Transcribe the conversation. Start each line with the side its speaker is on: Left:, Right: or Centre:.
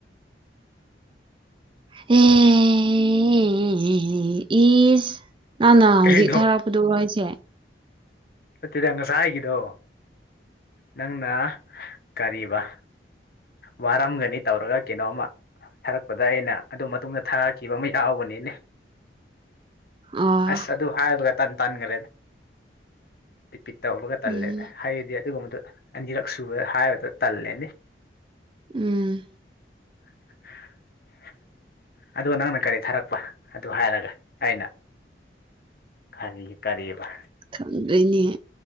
Right: ꯍꯦ <unintelligible> ꯏꯁ ꯅꯪ ꯅ ꯍꯧꯖꯤꯛ
Left: ꯀꯩꯅꯣ
Right: ꯊꯥꯔꯛꯄꯗꯨꯔꯣ ꯍꯥꯏꯁꯦ
Left: ꯅꯠꯇꯦꯗ ꯉꯁꯥꯏꯒꯤꯗꯣ ꯅꯪꯅ ꯀꯔꯤꯕ ꯋꯥꯔꯝꯒꯅꯤ ꯇꯧꯔꯒ ꯀꯩꯅꯣꯝꯃ ꯊꯥꯔꯛꯄꯗ ꯑꯩꯅ ꯑꯗꯨ ꯃꯇꯨꯡꯗ ꯊꯥꯔꯛꯈꯤꯕ ꯑꯃ ꯌꯥꯎꯕꯅꯤꯅꯦ
Right: ꯑꯥ
Left: ꯑꯁ ꯑꯗꯨ ꯍꯥꯏꯕꯒ ꯇꯥꯟ ꯇꯥꯟꯈ꯭ꯔꯦꯗ ꯏꯄꯤ ꯇꯧꯕꯒ ꯇꯜꯂꯦꯗ
Right: ꯎꯝ
Left: ꯍꯥꯏꯗꯤ ꯑꯗꯨꯒꯨꯝꯕꯗꯨ ꯑꯅꯤꯔꯛ ꯁꯨꯕ ꯍꯥꯏꯕꯗꯣ ꯇꯜꯂꯦꯅꯤ
Right: ꯎꯝ
Left: <inaudible> ꯑꯗꯨꯒ ꯅꯪꯅ ꯀꯔꯤ ꯊꯥꯔꯛꯄ ꯑꯗꯨ ꯍꯥꯏꯔꯒ ꯑꯩꯅ ꯀꯔꯤ ꯀꯔꯤꯌꯦꯕ
Right: ꯈꯪꯗ꯭ꯔꯦꯅꯦ